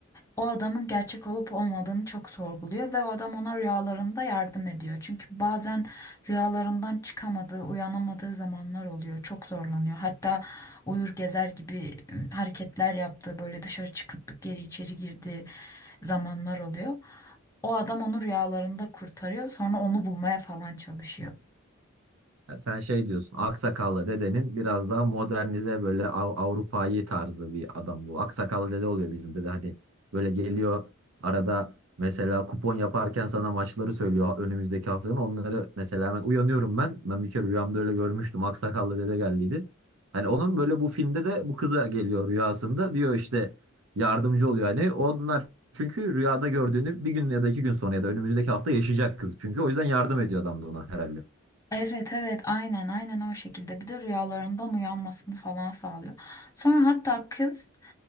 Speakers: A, on the left (about 15°); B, on the right (about 75°).
A: O adamın gerçek olup olmadığını çok sorguluyor ve o adam ona rüyalarında yardım ediyor. Çünkü bazen rüyalarından çıkamadığı, uyanamadığı zamanlar oluyor. Çok zorlanıyor. Hatta uyur gezer gibi ım, hareketler yaptığı, böyle dışarı çıkıp geri içeri girdiği zamanlar oluyor. O adam onu rüyalarında kurtarıyor, sonra onu bulmaya falan çalışıyor.
B: Ya sen şey diyorsun, aksakallı dedenin biraz daha modernize böyle Av- Avrupa'yı tarzı bir adam bu. Aksakallı dede oluyor bizim dede hani böyle geliyor arada mesela kupon yaparken sana maçları söylüyor önümüzdeki haftanın. Onları mesela hemen uyanıyorum ben. Ben bir kere rüyamda öyle görmüştüm. Aksakallı dede geldiydi. Hani onun böyle bu filmde de bu kıza geliyor rüyasında diyor işte yardımcı oluyor hani onlar çünkü rüyada gördüğünü bir gün ya da iki gün sonra ya da önümüzdeki hafta yaşayacak kız. Çünkü o yüzden yardım ediyor adam da ona herhalde.
A: Evet evet aynen aynen o şekilde bir de rüyalarından uyanmasını falan sağlıyor. Sonra hatta kız